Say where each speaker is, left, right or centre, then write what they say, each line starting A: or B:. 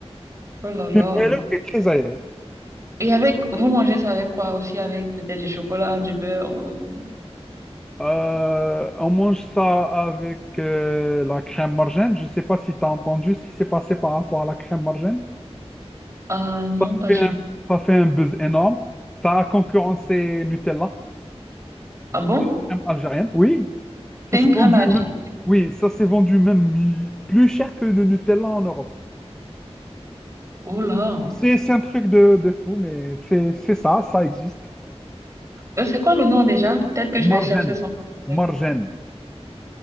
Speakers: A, on the right; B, in the centre.
A: Oh là là.
B: Ouais, le est très aéré.
A: Et avec, vous mangez ça avec quoi aussi? Avec peut-être du chocolat, du beurre? ou-
B: Euh, on mange ça avec euh, la crème margène. Je ne sais pas si tu as entendu ce qui s'est passé par rapport à la crème margène.
A: Ah non,
B: Ça
A: pas
B: fait
A: du
B: un,
A: tout.
B: ça fait un buzz énorme. Ça a concurrencé Nutella,
A: Ah bon?
B: crème algérienne. Oui, ça
A: C'est
B: s'est
A: une
B: vendu
A: crème à gel.
B: même, oui, ça s'est vendu même mi- plus cher que le Nutella en Europe.
A: Oh là.
B: C'est c'est un truc de, de fou, mais c'est c'est ça, ça existe.
A: Euh, c'est quoi le nom déjà? Peut-être que je vais
B: Margène.
A: chercher son
B: Margène.
A: magasin.